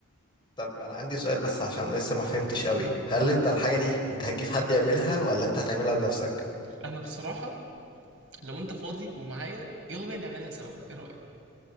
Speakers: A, on the left (about 20°); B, on the right (about 65°).
A: طب انا عندي سؤال بس عشان أنا لسه ما فهمتش قوي
B: امم
A: هل
B: معاك
A: انت الحاجة دي انت هتجيب حد يعملها ولا انت هتعملها بنفسك
B: انا بصراحة لو انت فاضي ومعايا يلا بينا نعملها سوا ايه رأيك